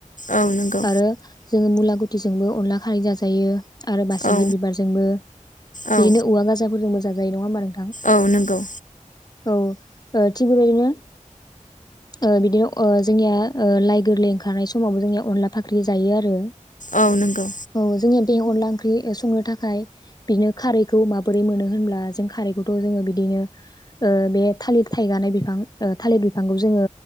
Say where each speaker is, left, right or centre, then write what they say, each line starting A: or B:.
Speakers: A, on the left (about 75°); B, on the left (about 30°).
A: औ नंगौ
B: आरो जोङो मुला गुथिजोंबो अनला खारै जाजायो। आरो बासिग्रि
A: औ
B: बिबारजोंबो
A: औ
B: बिदिनो औवा गाजाफोरजोंबो जाजायो नङा होम्बा
A: औ नंगौ।
B: औ थिग बेबायदिनो बिदिनो जोंनिया लाइक गोरलै ओंखारनाय समावबो जोंनिया अनला फाख्रि जायो आरो
A: औ नंगौ।
B: औ जोंनिया बे अनला ओंख्रि संनो थाखाय बिदिनो खारैखौ माबोरै मोनो होनब्ला जों खारैखौथ' जोङो बिदिनो ओ बे थालिर थाइगा गांनाय बिफां ओ थालिर बिफांखौ जोङो